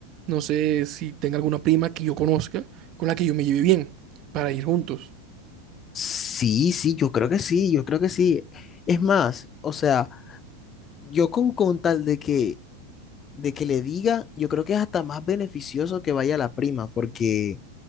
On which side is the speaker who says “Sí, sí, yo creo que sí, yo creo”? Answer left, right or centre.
Left